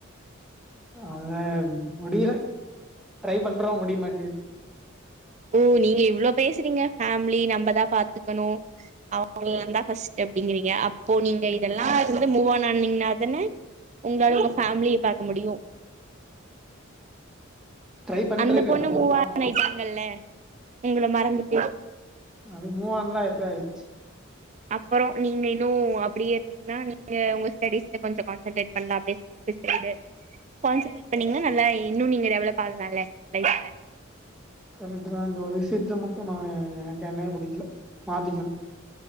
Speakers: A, in the centre; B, on the right.
A: அத முடியல ட்ரை பண்றோ முடிய மாட்டேது
B: ஓ நீங்க இவ்வளோ பேசறீங்க ஃபேமிலி நம்மதா பாத்துக்கணு அவ ந்தா ஃபஸ்ட் அப்படிங்கறீங்க அப்போ நீங்க இதெல்லா வந்து மூவ் ஆன் ஆனீங்கனா தானே உங்களால உங்க ஃபேமிலிய பாக்க முடியு
A: ட்ரை பண்ட்ருக்கே
B: அந்த பொண்ணு
A: பண்ணி
B: மூவ்
A: பாக்கனு
B: ஆன் ஆயிட்டாங்கல்ல உங்களை மறந்துட்ட
A: அது மூவ் ஆன்லா எப்பயோ ஆயிடுச்சு
B: அப்புறம் நீங்க இன்னும் அப்படியே இருந்தீங்கன்னா நீங்க உங்க ஸ்டடிஸ் கொஞ்ச கான்சன்ட்ரேட் பண்லா அப்டி சை சைசன்ட்ரட் பண்ணீங்கன்னா நல்லா இன்னும் நீங்க டெவளப் ஆகலால லைஃப்ல
A: கரண்ட தான் இந்த ஒரு விஷயத்துல மட்டும் நான் எனக்கு என்ன பிடிக்கல மாத்திக்கணும்